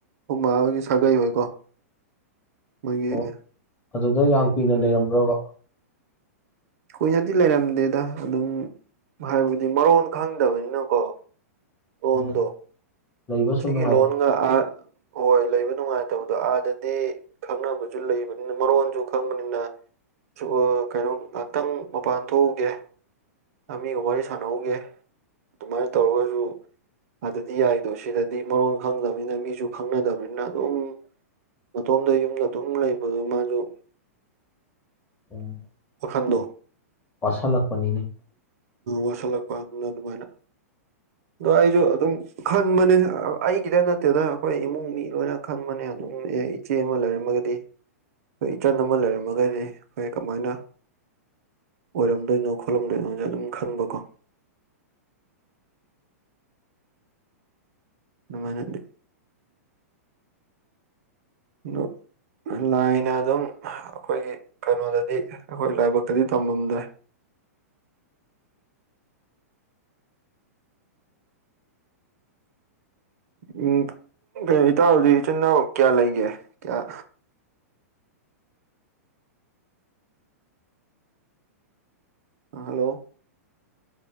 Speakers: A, on the right; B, on the left.
A: ꯍꯨꯃꯥ ꯍꯣꯏꯒꯤ ꯁꯥꯒꯩ ꯍꯣꯏꯀꯣ꯫ ꯃꫭꯏꯒꯤ
B: ꯑꯣ ꯑꯗꯨꯗ ꯌꯥꯝ ꯀꯨꯏꯅ ꯂꯩꯔꯝꯕ꯭ꯔꯕ꯫
A: ꯀꯨꯏꯅꯗꯤ ꯂꯩꯔꯝꯗꯦꯗ ꯑꯗꯨꯝ ꯍꯥꯏꯕꯗꯤ ꯃꯔꯣꯟ ꯈꯪꯗꯕꯅꯤꯅꯀꯣ꯫ ꯂꯣꯟꯗꯣ
B: ꯎꯝ꯫ ꯂꯩꯕ ꯁꯨꯝ
A: ꯁꯤꯒꯤ
B: ꯅꯨꯡꯉꯥꯏꯇ
A: ꯂꯣꯟꯒ ꯑ ꯍꯣꯏ ꯂꯩꯕ ꯅꯨꯡꯉꯥꯏꯇꯕꯗꯣ ꯑꯥꯗꯗꯤ ꯈꯪꯅꯕꯁꯨ ꯂꯩꯕꯅꯤꯅ ꯃꯔꯣꯟꯁꯨ ꯈꯪꯕꯅꯤꯅ꯫ ꯁꯨ ꯑ ꯀꯩꯅꯣ ꯉꯍꯥꯛꯇꯪ ꯃꯄꯥꯟ ꯊꯣꯛꯎꯒꯦ꯫ ꯑꯃꯤꯒ ꯋꯥꯔꯤ ꯁꯥꯟꯅꯎꯒꯦ ꯑꯗꯨꯃꯥꯏꯅ ꯇꯧꯔꯒꯁꯨ ꯑꯗꯨꯗꯤ ꯌꯥꯏꯗꯣ ꯁꯤꯗ ꯗꯩ ꯃꯔꯣꯟ ꯈꯪꯗꯕꯅꯤꯅ ꯃꯤꯁꯨ ꯈꯪꯅꯗꯕꯅꯤꯅ ꯑꯗꯨꯝ ꯃꯇꯣꯝꯗ ꯌꯨꯝꯗ ꯑꯗꯨꯝ ꯂꯩꯕꯗꯨ ꯃꯥꯖꯨ
B: <inaudible>
A: ꯋꯥꯈꯟꯗꯨ
B: ꯋꯥꯁꯜꯂꯛꯄꯅꯤꯅꯦ꯫
A: ꯋꯥꯁꯜꯂꯛꯄ ꯑꯗꯨꯅ ꯑꯗꯨꯃꯥꯏꯅ ꯑꯗꯣ ꯑꯩꯁꯨ ꯑꯗꯨꯝ ꯈꯟꯕꯅꯦ ꯫ ꯑ ꯑꯩꯒꯤꯗ ꯅꯠꯇꯦꯗ ꯑꯈꯣꯏ ꯏꯃꯨꯡ ꯃꯤ ꯂꯣꯏꯅ ꯈꯟꯕꯅꯦ ꯑꯗꯨꯝ ꯑꯦ ꯏꯆꯦ ꯑꯃ ꯂꯩꯔꯝꯃꯒꯗꯤ ꯑꯈꯣꯏ ꯏꯆꯟ ꯑꯃ ꯂꯩꯔꯝꯃꯒꯗꯤ ꯑꯩꯈꯣꯏ ꯀꯃꯥꯏꯅ ꯑꯣꯏꯔꯝꯗꯣꯏꯅꯣ ꯈꯣꯠꯂꯝꯗꯣꯏꯅꯣꯖꯦ ꯑꯗꯨꯝ ꯈꯟꯕꯀꯣ꯫ ꯗꯨꯃꯥꯏ ꯅꯗꯤ ꯗꫭ ꯂꯥꯏꯅ ꯑꯗꯨꯝ ꯑꯈꯣꯏꯒꯤ ꯀꯩꯅꯣꯗꯗꯤ ꯑꯩꯈꯣꯏ ꯂꯥꯏꯕꯛꯇꯗꯤ ꯇꯝꯃꯗꯥꯏ꯫ ꯎꯝ ꯀꯩꯅꫭ ꯏꯇꯥꯎꯗꯤ ꯏꯆꯤꯟ ꯏꯅꯥꯎ ꯀꯌꯥ ꯂꯩꯒꯦ ꯀꯌꯥ ꯍꯥꯜꯂꯣ꯫